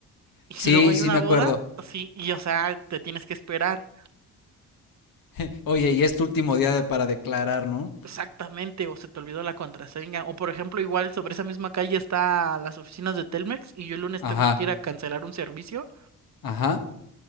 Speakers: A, on the right; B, on the left.
A: y
B: Sí,
A: luego hay
B: sí
A: una
B: me
A: boda,
B: acuerdo.
A: sí, y o sea, te tienes que esperar.
B: <laughs> Oye, y es tu último día de- para declarar, ¿no?
A: Exactamente, o se te olvidó la contraseña. O por ejemplo, igual sobre esa misma calle está las oficinas de Telmex y yo el lunes
B: Ajá,
A: tengo que ir a cancelar un servicio.
B: ajá.